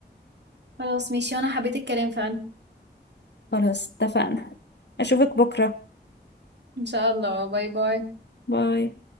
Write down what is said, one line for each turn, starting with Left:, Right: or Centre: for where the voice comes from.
Right: خلاص ماشي وانا حبيت الكلام فعلا
Left: خلاص اتفقنا اشوفك بكرة
Right: ان شاء الله باي باي
Left: باي